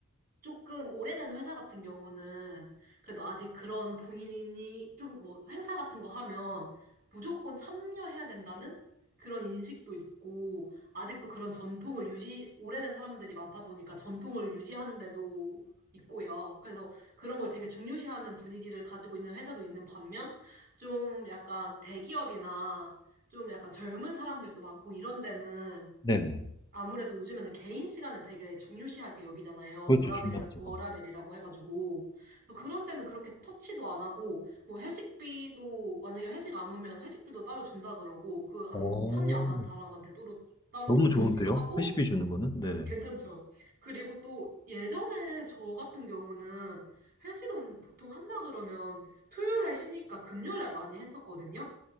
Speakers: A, on the right; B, on the left.
A: 조금 오래된 회사 같은 경우는 그래도 아직 그런 분위기 좀 뭐 행사 같은 거 하면 무조건 참여해야 된다는 그런 인식도 있고 아직도 그런 전통을 유지 오래된 사람들이 많다 보니까 전통을 유지하는 데도 있고요. 그래서 그런 걸 되게 중요시하는 분위기를 가지고 있는 회사도 있는 반면 좀 약간 대기업이나 좀 약간 젊은 사람들도 많고 이런 데는
B: 네네.
A: 아무래도 요즘에는 개인 시간을 되게 중요시하게 여기잖아요.
B: 그렇죠.
A: 워라벨,
B: 중요하죠.
A: 워라벨이라고 해가지고. 그런 데는 그렇게 터치도 안 하고, 뭐 회식비도, 만약에 회식 안 오면 회식비도 따로 준다 그러고, 그 안,
B: 오~~
A: 참여 안 한 사람한테 따로, 따로
B: 너무
A: 돈을
B: 좋은데요?
A: 주기도 하고,
B: 회식해 주는 거는? 네.
A: 그 괜찮죠. 그리고 또 예전에 저 같은 경우는 회식은 보통 한다 그러면 토요일 날 쉬니까 금요일 날 많이 했었거든요.